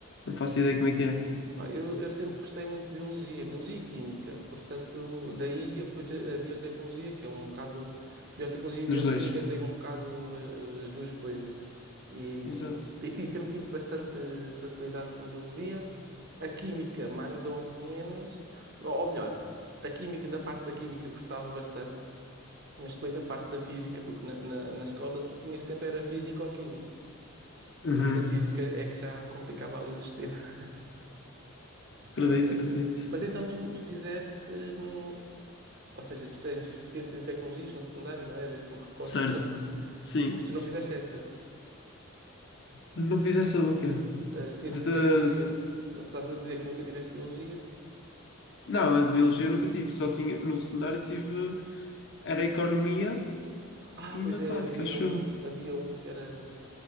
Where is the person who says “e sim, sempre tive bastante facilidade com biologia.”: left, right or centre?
Right